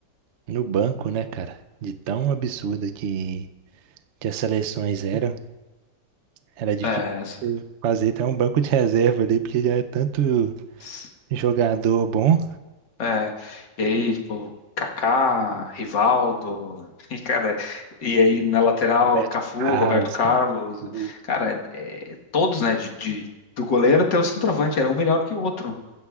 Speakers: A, on the right (about 65°); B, on the left (about 85°).
A: no banco, né, cara? De tão absurda que, que as seleções eram, era difícil
B: É, s-
A: você fazer até um banco de reserva ali, porque era tanto
B: s-
A: jogador bom.
B: é, e aí, tipo, Kaká, Rivaldo, <laughs> e cara, e aí na lateral,
A: Roberto
B: Cafu,
A: Carlos,
B: Roberto Carlos,
A: cara. Uhum.
B: cara, é, todos, né, de, de- do goleiro até o centroavante, era um melhor que o outro.